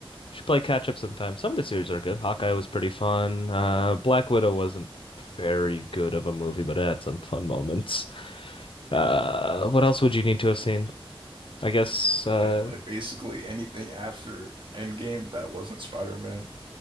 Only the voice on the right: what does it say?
Man, like basically anything after Endgame that wasn't Spider-Man,